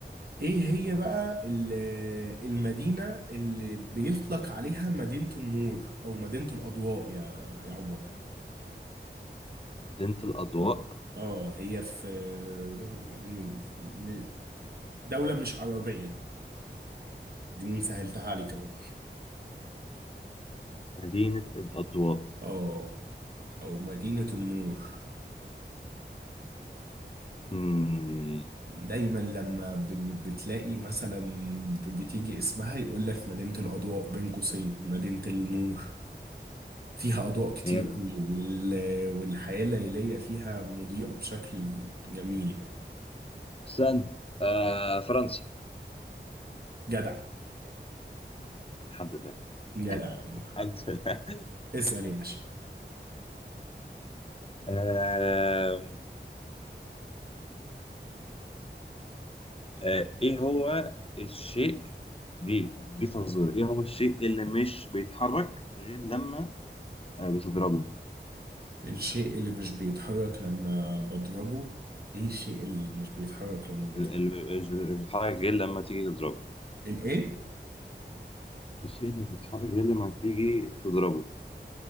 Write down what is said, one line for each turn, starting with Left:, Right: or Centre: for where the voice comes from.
Right: ايه هي بقى ال- المدينة اللي بيطلق عليها مدينة النور او مدينة الاضواء يا يا عمر
Left: مدينة الأضواء
Right: اه هي في يعني م- دولة مش عربية يعني دي سهلتها عليك اهو
Left: مدينة الأضواء
Right: اه او مدينة النور
Left: مم.
Right: دايما لما ب- بتلاقي مثلا ب- بتيجي اسمها يقول لك مدينة الاضواء بين قوسين مدينة النور فيها أضواء كتير
Left: هي
Right: قوي وال... والحياة الليلية فيها مضيئة بشكل جميل يعني
Left: سن آه فرنسا
Right: جدع
Left: الحمد لله
Right: جدع يا عمر
Left: الحمد لله
Right: اسأل يا باشا
Left: آه آه، ايه هو الشيء دي دي فزورة ايه هو الشيء اللي مش بيتحرك غير لما آه، بتضربه
Right: الشيء اللي مش بيتحرك لما بضربه ايه الشيء اللي مش بيتحرك لما بضربه
Left: اللي مش مش بيتحرك غير لما تيجي تضربه
Right: الايه
Left: الشيء اللي مش بيتحرك غير لما تيجي تضربه